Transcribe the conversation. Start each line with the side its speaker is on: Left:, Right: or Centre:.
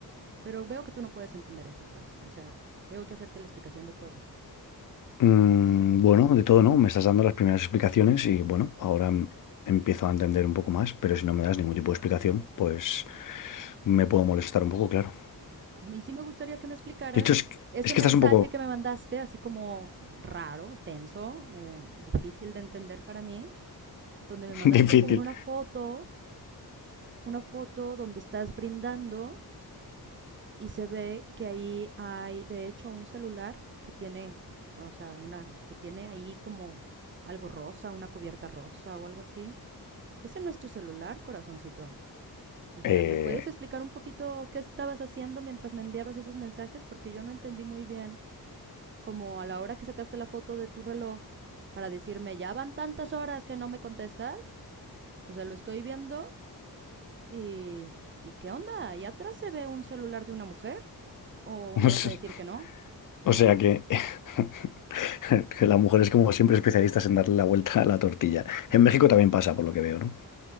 Right: Pero veo que tú no puedes entender eso, pues. O sea, tengo que hacerte la explicación de todo.
Left: Mm, bueno, de todo, ¿no? Me estás dando las primeras explicaciones y bueno, ahora m- empiezo a entender un poco más, pero si no me das ningún tipo de explicación, pues me puedo molestar un poco, claro.
Right: Y sí me gustaría que me explicaras
Left: De hecho, es, que-
Right: ese
Left: es que
Right: mensaje
Left: estás un poco
Right: que me mandaste, así como raro, tenso, eh, difícil de entender para mí, donde me
Left: <laughs>
Right: mandaste
Left: difícil.
Right: con una foto, una foto donde estás brindando y se ve que ahí hay, de hecho, un celular que tiene, eh, o sea, una, que tiene ahí como algo rosa, una cubierta rosa o algo así. Ese no es tu celular, corazoncito. O sea,
Left: Eh,
Right: ¿me puedes explicar un poquito qué estabas haciendo mientras me enviabas esos mensajes? Porque yo no entendí muy bien, como a la hora que sacaste la foto de tu reloj para decirme, ya van tantas horas que no me contestas. O sea, lo estoy viendo y... ¿Y qué onda? ¿Ahí atrás se ve un celular de una mujer? ¿O
Left: <laughs>
Right: me vas a decir que no?
Left: o sea que... <laughs> <laughs> Que la mujer es como siempre especialistas en darle la vuelta a la tortilla. En México también pasa, por lo que veo, ¿no?